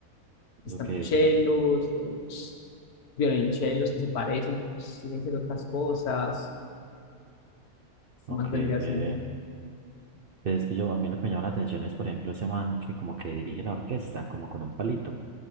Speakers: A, on the left (about 85°); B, on the right (about 65°).
A: están
B: Eso que,
A: chelos, los violonchelos que se parecen, pero pues siguen siendo otras cosas.
B: ok,
A: ¿Qué más vendría
B: ve.
A: siendo?
B: Pero es que yo, a mí lo que me llama la atención es, por ejemplo, ese man que como que dirige la orquesta, como con un palito.